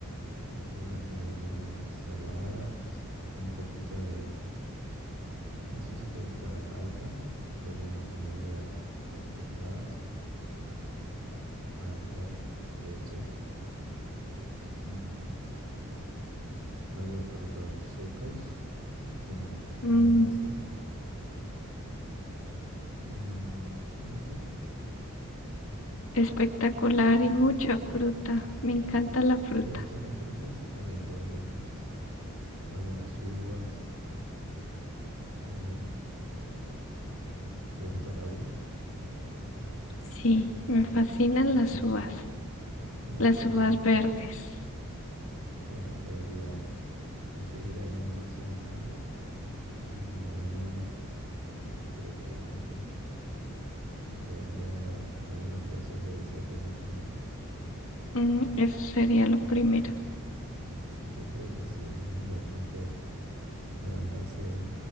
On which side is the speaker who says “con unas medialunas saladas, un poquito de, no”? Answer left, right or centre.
Right